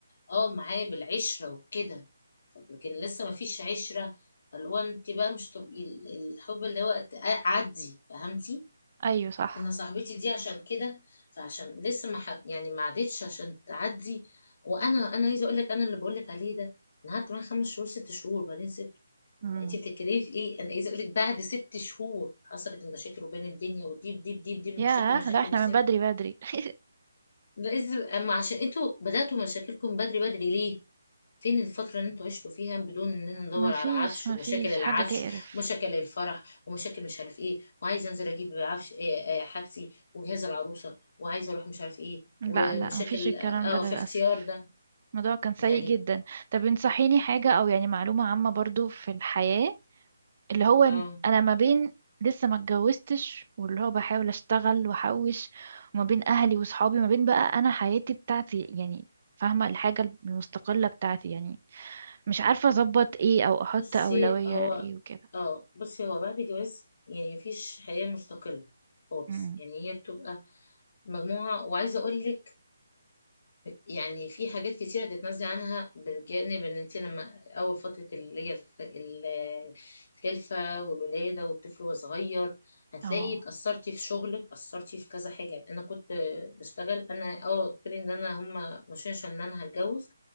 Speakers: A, on the left; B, on the right.
A: اه معاه بالعشره وكده لكن لسه ما فيش عشره فاللي هو انت بقى مش تبقي ال- الحب اللي هو عدي فهمتي
B: أيوه صح
A: انا صاحبتي دي عشان كده فعشان لسه ما ح... يعني ما عدتش عشان تعدي وانا انا عايزه اقول لك انا اللي بقول لك عليه ده انا قعدت معاه خمس شهور ست شهور بعدين سبت
B: امم
A: انت بتتكلمي في ايه انا عايزه اقول لك بعد ست شهور حصلت المشاكل وبين الدنيا ودي بدي بدي بدي
B: ياه
A: مشاكل مشاكل
B: لأ احنا
A: وسبت
B: من بدري بدري <laughs>
A: لازم اما عشان انتوا بداتوا مشاكلكم بدري بدري ليه فين الفترة اللي انتوا عشتوا فيها بدون اننا ندور
B: ما فيش
A: على عفش
B: ما
A: ومشاكل
B: فيش
A: العفش
B: حاجة تقرف
A: ومشاكل الفرح ومشاكل مش عارف ايه وعايز انزل اجيب عفش إيه إيه حاجتي وجهاز العروسة وعايز اروح مش عارف ايه
B: لا
A: ومشاكل
B: لا ما فيش الكلام
A: اه
B: ده للأسف
A: آه، في اختيار ده
B: الموضوع كان سيء
A: يعني
B: جدا طب انصحيني حاجة أو يعني معلومة عامة برضو في الحياة اللي هو إن
A: اه
B: أنا ما بين لسه ما اتجوزتش واللي هو بحاول أشتغل وأحوش وما بين أهلي وصحابي ما بين بقى أنا حياتي بتاعتي يعني فاهمة الحاجة المستقلة بتاعتي يعني مش عارفة أظبط إيه أو أحط
A: بصي
B: أولوية
A: هو
B: إيه وكده
A: اه بصي هو بعد الجواز يعني مفيش حياة مستقلة خالص
B: أمم.
A: يعني هي بتبقى مجموعة وعايزة اقول لك يعني في حاجات كتيرة تتنازلي عنها بالجانب ان انت لما اول فترة اللي هي الخ- ال- الخلفة والولادة والطفل وهو صغير هتلاقي
B: اه
A: اتأثرتي في شغلك اتأثرتي في كذا حاجة يعني انا كنت بشتغل انا اه قلت لي ان انا هما ماشيين عشان انا هتجوز